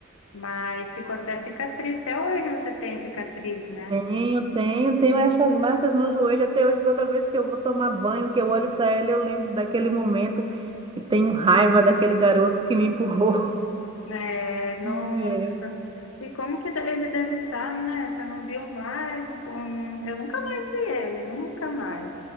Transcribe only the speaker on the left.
mas ficou até cicatriz. Até hoje você tem cicatriz, né?
É, não.
E como que de- ele deve estar, né? Você não viu mais? não- não- eu nunca mais vi ele, nunca mais.